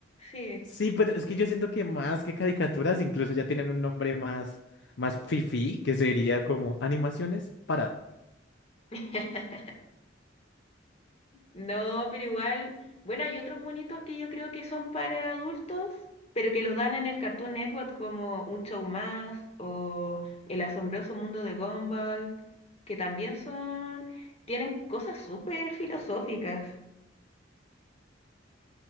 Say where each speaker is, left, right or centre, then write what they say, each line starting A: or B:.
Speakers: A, on the left (about 35°); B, on the left (about 65°).
A: Sí.
B: Sí, pero es que yo siento que más que caricaturas, incluso ya tienen un nombre más, más fifí, que sería como animaciones para
A: <laughs> No, pero igual, bueno, hay otros monitos que yo creo que son para adultos, pero que los dan en el Cartoon Network como Un Show Más o El Asombroso Mundo de Gumball, que también son, tienen cosas súper filosóficas,